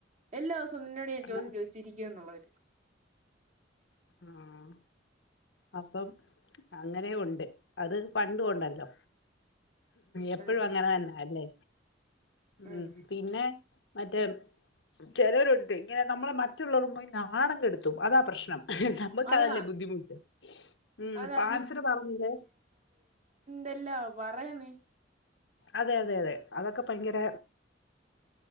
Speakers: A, on the right; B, on the left.
A: എല്ലാസും തൊന്നിനോട് ഞാൻ
B: ആ
A: ചോദ്യം ചോയ്ച്ചിരിക്കും ന്നുള്ളര്ത്
B: ആഹ് അപ്പം അങ്ങനെ ഉണ്ട് അത് പണ്ടു ഉണ്ടല്ലോ എപ്പഴും
A: അതെ
B: അങ്ങനെ തന്നെല്ലേ
A: അതെ
B: ഉം പിന്നെ മറ്റേ ചിലരുണ്ട് ങ്ങനെ നമ്മളെ മറ്റുള്ളവരും പോയി നാണം കെടുത്തു അതാ പ്രശ്നം നമ്മക്ക്
A: അതാ
B: അതല്ലേ ബുദ്ധിമുട്ട് ഉം
A: അതാ
B: പാൻസര പറഞ്ഞില്ലേ
A: ഇല്ലാ പറയന്നെ
B: അതെ അതെ അതെ അതൊക്കെ ഭയങ്കര